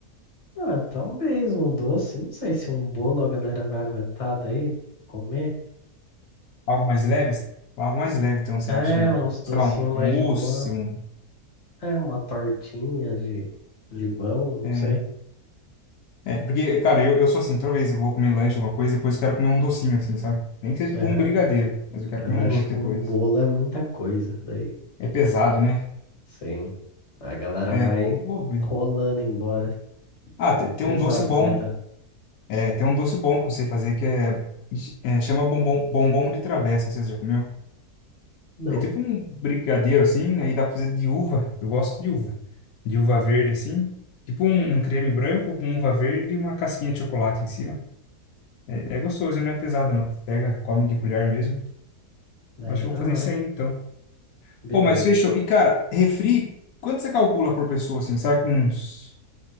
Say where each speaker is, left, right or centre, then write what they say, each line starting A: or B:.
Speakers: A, on the left (about 25°); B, on the left (about 75°).
A: Ah, talvez um doce, não sei se um bolo a galera vai aguentar daí comer.
B: Algo mais leve. Algo mais leve, então você
A: É,
B: acha um,
A: uns docinhos
B: sei lá, um
A: mais
B: mousse,
A: de boa.
B: um.
A: É, uma tortinha de limão, não
B: É,
A: sei.
B: é, porque, cara, eu, eu sou assim, toda vez eu vou comer lanche, alguma coisa, depois eu quero comer um docinho, assim, sabe? Nem que seja tipo
A: Aham.
B: um brigadeiro, mas eu quero
A: Mas
B: comer
A: acho
B: um doce
A: que
B: depois.
A: um bolo é muita coisa daí.
B: É pesado, né?
A: Sim. A galera
B: É,
A: vai
B: vou, vou ver.
A: rolando embora.
B: Ah,
A: Tão
B: te- tem
A: pesado
B: um doce bom.
A: que vai estar.
B: É, tem um doce bom que eu sei fazer que é, é chama bombom, bombom de travessa. Não sei se você já comeu.
A: Não.
B: É tipo um brigadeiro assim, aí dá pra fazer de uva. Eu gosto de uva. De uva verde assim. Tipo um, um creme branco com uva verde e uma casquinha de chocolate em cima. É, é gostoso e não é pesado não. Pega, come de colher mesmo.
A: Daí
B: Eu Acho
A: é
B: que eu
A: da
B: vou fazer
A: hora.
B: isso aí então.
A: Beleza.
B: Pô, mas fechou. E cara, refri, quanto você calcula por pessoa assim? Será que uns.